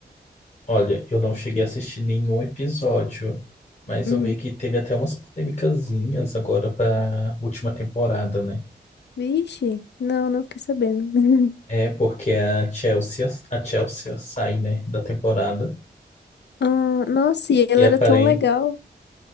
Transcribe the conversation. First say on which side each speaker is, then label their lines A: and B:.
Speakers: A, on the left; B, on the left.
A: Olha, eu não cheguei a assistir nenhum episódio, mas
B: Uhum.
A: eu vi que teve até umas polêmicazinhas agora para última temporada, né?
B: Vixe, não, não fiquei sabendo. <laughs>
A: É porque a Chelsea, a Chelsea sai, né, da temporada
B: Ah, nossa, e ela
A: e aparente,
B: era tão legal.